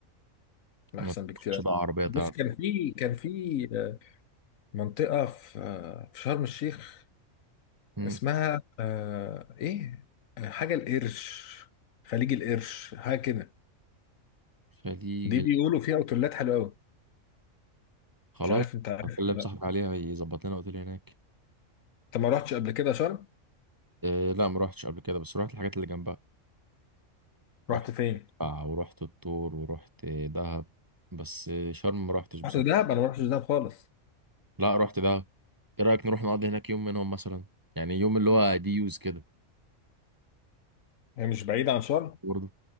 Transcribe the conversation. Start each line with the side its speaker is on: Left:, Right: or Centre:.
Right: ما
Left: احسن بكتير
Right: تضمنش
Left: أوي.
Right: بقى عربيه
Left: بص
Right: تقعد
Left: كان في كان في آه، منطقه في آه، في شرم الشيخ
Right: مم.
Left: اسمها آه، ايه آه، حاجه القرش خليج القرش حاجه كده
Right: خليج
Left: دي
Right: ال-
Left: بيقولوا فيها اوتيلات حلوه قوي
Right: خلاص
Left: مش عارف انت عارف
Right: هكلم
Left: ولا
Right: صاحبي
Left: لا
Right: عليها يظبط لنا اوتيل هناك
Left: انت ما رحتش قبل كده شرم
Right: أه لا ما روحتش قبل كده بس روحت الحاجات اللي جنبها رحت
Left: رحت فين؟
Right: قلعة ورحت الطور ورحت دهب بس شرم ما رحتش بصراحة
Left: رحت دهب انا ما رحتش دهب خالص
Right: لا رحت دهب ايه رأيك نروح نقضي هناك يوم منهم مثلا يعني يوم اللي هو دي يوز كده
Left: هي مش بعيدة عن شرم
Right: برضه